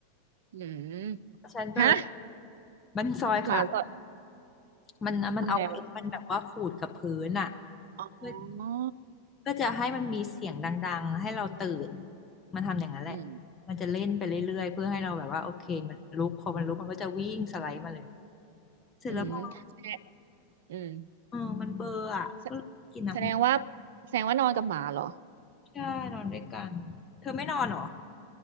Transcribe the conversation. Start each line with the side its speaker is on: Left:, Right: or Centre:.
Right: อืมฮะ
Left: ฉันเบลอมันซอยขา
Right: หมาสด
Left: มันมันเอาเล็บมันแบบว่าขูดกับพื้นอ่ะ
Right: ทำไงวะอ๋
Left: เพื่อ
Right: อ
Left: เพื่อจะให้มันมีเสียงดังๆ ให้เราตื่น มันทำอย่างนั้นแหละ
Right: อืม
Left: มันจะเล่นไปเรื่อยๆเพื่อให้เราแบบว่าโอเคมันลุกพอมันลุกมันก็จะวิ่งสไลด์มาเลยเสร็จแล้วพอ
Right: อืมแทะอืม
Left: เออมันเบลอร์อ่ะก็เลยกินน้
Right: แสแสดงว่าแสดงว่านอนกับหมาเหรอ
Left: ำใช่นอนด้วยกันเธอไม่นอนเหรอ